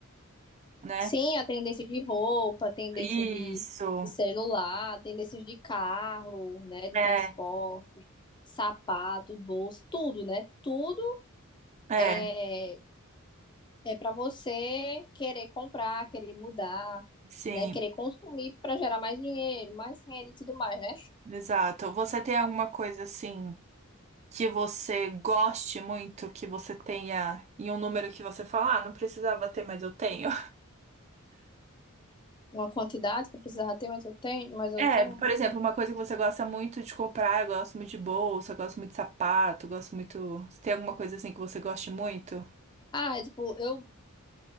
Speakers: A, on the right; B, on the left.
A: né?
B: Sim, a tendência de roupa, tendências
A: Isso.
B: de, de celular, tendências de carro, né, de
A: É,
B: transporte, sapato, bolso, tudo, né? Tudo
A: é,
B: é é para você querer comprar, querer mudar,
A: sim,
B: né, querer consumir para gerar mais dinheiro, mais renda e tudo mais, né?
A: exato. Você tem alguma coisa assim que você goste muito, que você tenha em um número que você fala, ah, não precisava ter, mas eu tenho?
B: Uma quantidade que eu precisava ter, mas eu tenho, mas eu
A: É,
B: tenho.
A: por exemplo, uma coisa que você gosta muito de comprar, eu gosto muito de bolsa, eu gosto muito de sapato, eu gosto muito. Tem alguma coisa assim que você goste muito?
B: Ah, é tipo, eu